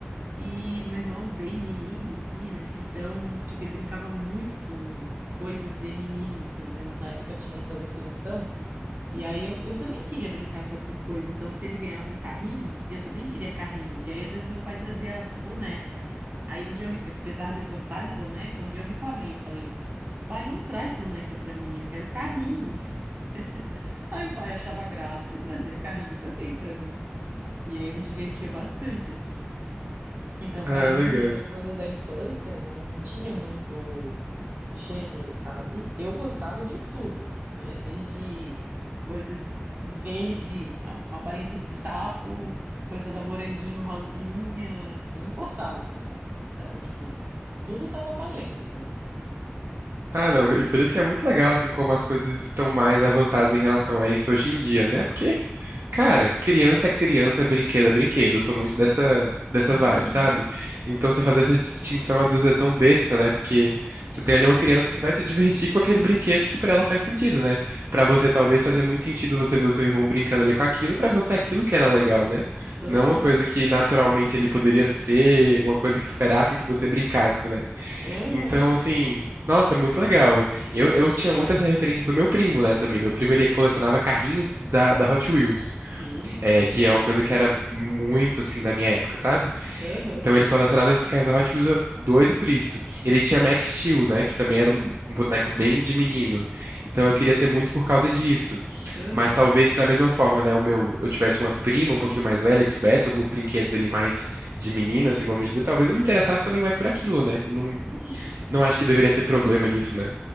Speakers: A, on the right; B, on the right.
A: E o meu irmão, bem menino, assim, né? Então, tipo, ele brincava muito com coisas de menino, pelo menos na época tinha essa definição. E aí eu, eu também queria brincar com essas coisas. Então, se ele ganhava um carrinho, eu também queria carrinho. E aí, às vezes, meu pai trazia boneca. Aí, um dia, eu, re- eu- apesar de eu gostar de boneca, um dia eu reclamei. Eu falei, pai, não traz boneca pra mim, eu quero carrinho. <laughs> Aí o pai achava graça e trazia carrinho também pra mim. E aí eu me divertia bastante, assim. Então,
B: Ah,
A: pra mim,
B: é legal.
A: essas
B: isso.
A: coisas da infância não, não tinha muito gênero, sabe? Eu gostava de tudo, né? Desde coisa verde, com a- com aparência de sapo, coisa da moranguinho rosinha, não importava, tá? Tipo, tudo tava valendo, né?
B: Ah, não, e por isso que é muito legal, assim, como as coisas estão mais avançadas em relação a isso hoje em dia, né? Porque, cara, criança é criança, brinquedo é brinquedo. Eu sou muito dessa, dessa
A: Uhum,
B: vibe, sabe? Então você fazer essa distinção às vezes é tão besta, né? Porque você tem ali uma criança que vai se divertir com aquele brinquedo que pra ela faz sentido, né? Pra
A: exatamente.
B: você talvez fazer muito sentido você ver o seu irmão brincando ali com aquilo, pra você aquilo que era legal, né?
A: Aham,
B: Não uma coisa que naturalmente ele poderia ser, uma coisa que esperassem que você brincasse, né?
A: aham,
B: Então, assim, nossa, é muito legal. Eu, eu tinha muito essa referência do meu primo, né, também. Meu primo, ele colecionava carrinho da, da Hot Wheels,
A: uh,
B: é,
A: chique.
B: que é uma coisa que era muito, assim, da minha época, sabe?
A: Aham,
B: Então, ele colecionava esses carrinhos da Hot Wheels, eu- doido por isso. Ele tinha Max Steel, né, que também era um, um boneco bem de menino. Então, eu queria ter muito por causa disso.
A: aham.
B: Mas talvez, da mesma forma, né, o meu, eu tivesse uma prima um pouquinho mais velha que tivesse alguns brinquedos ali mais de menina, assim, vamos dizer, talvez eu me interessasse também mais por aquilo, né? E não
A: uhum.
B: não acho que deveria ter problema nisso, né?